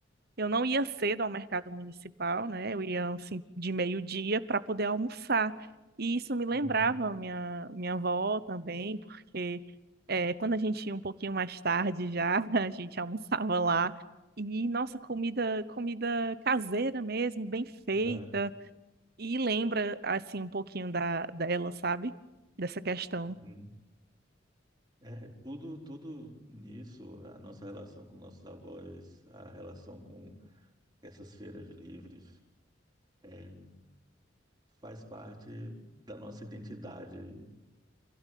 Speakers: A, on the right (about 55°); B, on the right (about 25°).
A: eu não ia cedo ao mercado municipal, né? Eu ia assim de meio-dia para poder almoçar. E isso me lembrava
B: Uhum.
A: a minha minha avó também, porque é, quando a gente ia um pouquinho mais tarde já, <laughs> a gente almoçava lá. E nossa, comida comida caseira mesmo, bem feita.
B: É,
A: E lembra assim um pouquinho da dela, sabe? Dessa questão.
B: uhum. É, tudo, tudo nisso, a nossa relação com nossos avós, a relação com essas feiras livres. é, faz parte da nossa identidade